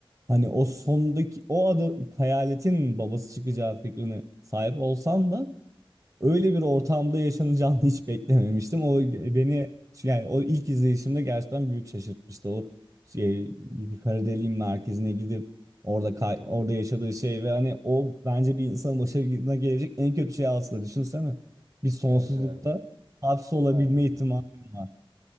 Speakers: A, on the right (about 35°); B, on the right (about 85°).
A: Hani o sondaki o adı hayaletin babası çıkacağı fikrine sahip olsam da öyle bir ortamda yaşanacağını <laughs> hiç beklememiştim. O beni yani o ilk izleyişimde gerçekten büyük şaşırtmıştı. O şey, bir kara deliğin merkezine gidip orada kay- orada yaşadığı şey ve hani o bence bir insanın başına gelecek en kötü şey aslında düşünsene. Bir sonsuzlukta
B: Evet evet.
A: hapsolabilme
B: Kayboldum.
A: ihtimalin var.